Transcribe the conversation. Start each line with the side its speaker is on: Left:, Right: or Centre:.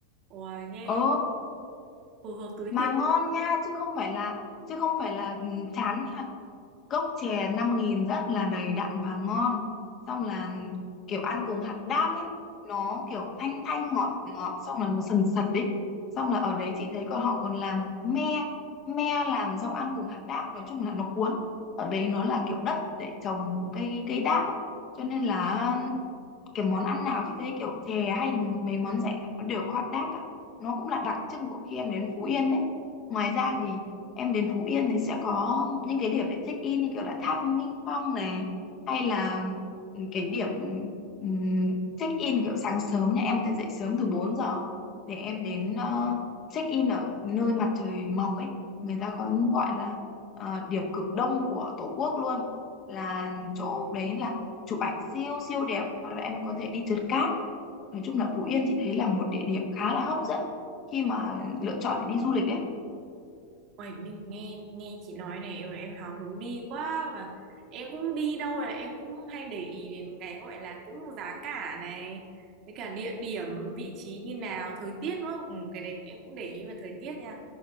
Right: Uầy, nghe
Left: Ồ,
Right: phù hợp túi
Left: mà
Right: tiền
Left: ngon nha chứ không phải là chứ không phải là ừ, chán nha cốc chè 5.000 rất là đầy đặn và ngon xong là kiểu ăn cùng hạt đác ấy nó kiểu thanh thanh ngọt ngọt xong là nó sần sật ấy xong là ở đấy chị thấy còn họ còn làm me me làm xong ăn cùng hạt đác nói chung là nó cuốn ở đấy nó là kiểu đất để trồng cây cây đác ấy cho nên là cái món ăn nào chị thấy kiểu chè hay thì mấy món dạy khác nó đều có hot dog cả. Nó cũng là đặc trưng của khi em đến Phú Yên đấy. Ngoài ra thì em đến Phú Yên thì sẽ có những cái điểm để check in như kiểu là tháp Nghinh Phong này hay là ừ, cái điểm ừm, check in kiểu sáng sớm nhé em có thể dậy sớm từ 4 giờ để em đến ờ, check in ở nơi mặt trời mọc ấy người ta có gọi là ờ, điểm cực đông của Tổ quốc luôn là chỗ đấy là chụp ảnh siêu siêu đẹp hoặc là em có thể đi trượt cát nói chung là Phú Yên chị thấy là một địa điểm khá là hấp dẫn khi mà lựa chọn để đi du lịch đấy
Right: Uầy, đi- nghe nghe chị nói này em em hào hứng đi quá và em cũng đi đâu là em cũng hay để ý đến cái gọi là cũng giá cả này với cả địa điểm vị trí như nào thời tiết nữa ừ, cái đấy em cũng để ý về thời tiết nha